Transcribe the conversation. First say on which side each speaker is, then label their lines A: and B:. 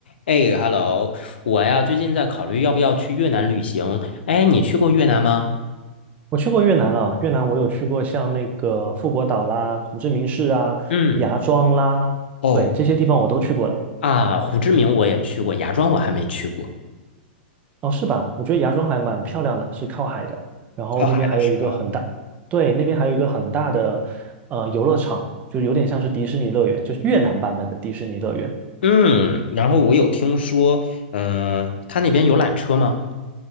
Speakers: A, on the left; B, on the right.
A: 哎，Hello，我呀最近在考虑要不要去越南旅行。哎，你去过越南吗？
B: 我去过越南了，越南我有去过像那个富国岛啦、胡志明市啊、
A: 嗯，
B: 芽庄啦，
A: 哦
B: 对，这些地方我都去过了。
A: 啊，胡志明我也去过，芽庄我还没去过。
B: 哦，是吧？我觉得芽庄还蛮漂亮的，是靠海的。然后那边还有一个很大，
A: 靠海的是吧？
B: 对，那边还有一个很大的呃游乐场，就有点像是迪士尼乐园，就是越南版本的迪士尼乐园。
A: 嗯，然后我有听说，嗯、他那边有缆车吗？